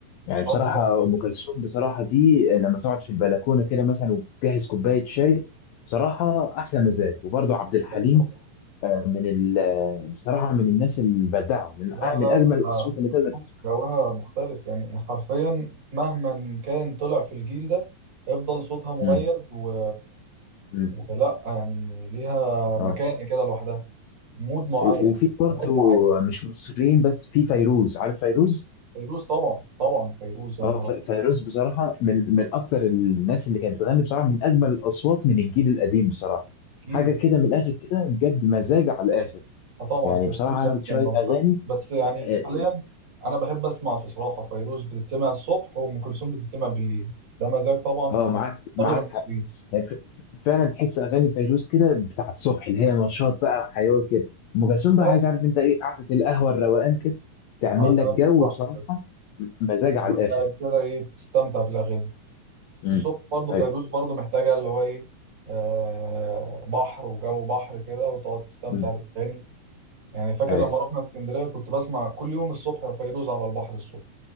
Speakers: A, on the left; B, on the right.
A: يعني بصراحة
B: اه طبعا
A: أم كلثوم بصراحة دي لما تقعد في البلكونة كده مثلا وتجهز كوباية شاي بصراحة أحلى مزاج وبرضه عبد الحليم
B: ازيك طبعا
A: من ال بصراحة من الناس البدعة من
B: لا
A: أ- من
B: لا
A: أجمل الأصوات
B: آه، أم
A: اللي
B: كلثوم
A: تقدر تسمعها
B: جوها مختلف يعني حرفيا مهما كان طلع في الجيل ده هيفضل صوتها مميز
A: امم
B: و...
A: امم
B: ولا يعني ليها
A: اه
B: مكانة كده لوحدها مود معين
A: و-
B: يعني،
A: وفي برضه
B: مزاج معين
A: مش مصريين بس في فيروز عارف فيروز؟
B: فيروز طبعا طبعا فيروز يا نهار
A: اه ف-
B: أبيض.
A: فيروز بصراحة من من أكثر الناس اللي كانت بتغني بصراحة من أجمل الأصوات من الجيل القديم بصراحة
B: اكيد
A: حاجة كده من الآخر كده بجد مزاج على الآخر
B: آه طبعا
A: يعني
B: فيروز
A: بصراحة عملت
B: يعني
A: شوية
B: لما بتغني
A: أغاني
B: بس يعني
A: اه
B: حاليا انا بحب اسمع بصراحه فيروز بتتسمع الصبح وام كلثوم بتتسمع بالليل ده مزاج طبعا
A: آه،
B: يعني
A: معاك معاك
B: اغلب المصريين
A: حق هي ف- ف- فعلا تحس اغاني فيروز كده بتاعت الصبح اللي هي نشاط بقى وحيويه كده ام كلثوم بقى
B: اه
A: عايز عارف انت ايه قعده القهوه الروقان كده تعمل
B: على الأقل
A: لك جو
B: صح
A: بصراحه
B: كده
A: م- مزاج على
B: وقاعد
A: الاخر
B: كده ايه بتستمتع بالاغاني
A: امم
B: والصبح برضه فيروز
A: ايوه
B: برضه محتاجه اللي هو ايه آه بحر وجو بحر كده وتقعد تستمتع
A: امم
B: بالاغاني يعني فاكر
A: ايوه
B: لما رحنا اسكندريه كنت بسمع كل يوم الصبح فيروز على البحر الصبح